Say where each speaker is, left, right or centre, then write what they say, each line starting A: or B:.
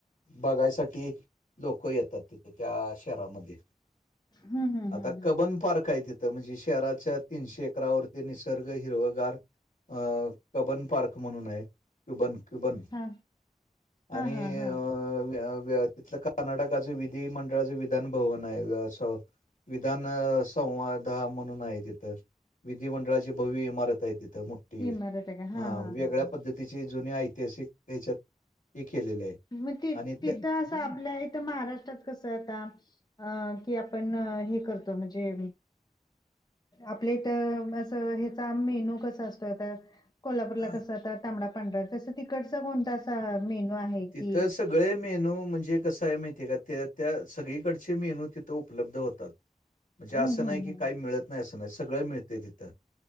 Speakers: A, on the left; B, on the left.
A: बघायसाठी, लोक येतात तिथे. त्या शहरामध्ये.
B: हम्म हम्म
A: आता
B: हम्म हम्म
A: कबन पार्काय तिथ म्हणजे शहराच्या, तीनशे एकरावरती निसर्ग हिरवगार अ कबन पार्क म्हणूनय. Cuban Cuban.
B: हा हा
A: आणि
B: हा
A: अ
B: हा
A: वे वे तिथलं कर्नाटकाचे विधीमंडळाचे विधान भवनाय, अस. विधान संवादा म्हणूनाय तीथं. विधिमंडळाची भव्य इमारताय तिथ त मुट्टी.
B: इमारत आहे का
A: हा वेगळ्या
B: हा
A: पद्धतीचे जुनी ऐ ह्याच्यात हे केलेलय.
B: मग ति
A: आणि
B: तिथं
A: त्या
B: असं आपल्या इथं, महाराष्ट्रात कसं, आता अ की आपण, हे करतो. म्हणजे आपल्या इथं, असं ह्याचा मेनू कस असतो. आता कोल्हापूरला
A: अ,
B: कसं, आता तांबडा- पांढरा. तसं, तिकडचा कोणता? अस मेनू आहे की
A: तिथं सगळे मेनू म्हणजे, कसाय माहितीय का? त्या - त्या सगळीकडचे मेनू तिथं, उपलब्ध होतात. म्हणजे असं
B: हम्म हम्म
A: नाही की, काही मिळत नाही, असं नाही. सगळं मिळतय तिथं.